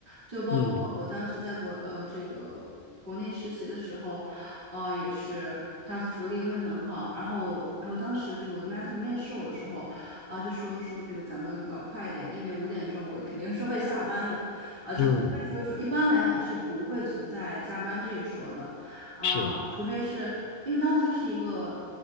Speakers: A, on the right; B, on the left.
A: 就包括我当时在国呃这个国内实习的时候，
B: 嗯
A: 啊也是他的福利会很好。然后然后当时这个我的 m a n t e r 面试我的时候，啊、就说说这个咱们搞快一点，因为五点钟我肯定是会下班的，啊、就不会就是说一般来讲是不会存在加班这一说的。
B: 嗯，
A: 啊，
B: 是，
A: 除非是因为当时它是一个